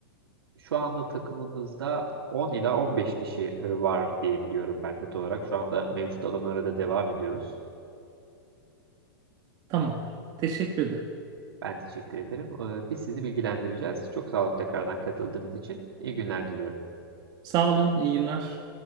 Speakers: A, on the right; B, on the right.
A: Şu anda takımımızda 10 ila 15 kişi e, var diye biliyorum ben net olarak. Şu anda mevcut alımlara da devam ediyoruz.
B: Tamamdır. Teşekkür ederim.
A: Ben teşekkür ederim. Ee, biz sizi bilgilendireceğiz. Çok sağ olun tekrardan katıldığınız için. İyi günler diliyorum.
B: Sağ olun. İyi günler.